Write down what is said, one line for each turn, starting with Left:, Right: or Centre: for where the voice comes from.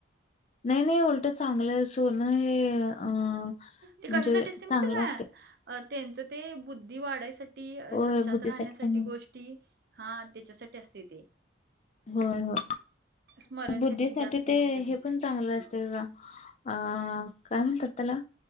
Left: नाही, नाही उलटं चांगलं आहे सोनं हे अ
Right: ते
Left: म्हणजे
Right: कशासाठी असते माहीत
Left: चांगलं
Right: हाय
Left: असते
Right: काय अ त्यांच ते बुद्धी वाढायसाठी
Left: होय
Right: लक्षात
Left: बुद्धीसाठी
Right: राहण्यासाठी
Left: चांगलं
Right: गोष्टी हा तेच्यासाठी असते ते
Left: होय होय.
Right: स्मरणशक्ती
Left: बुद्धीसाठी
Right: जास्त
Left: ते
Right: होते त्यांची.
Left: हे पण चांगलं असते बघा अ काय म्हणतात तेला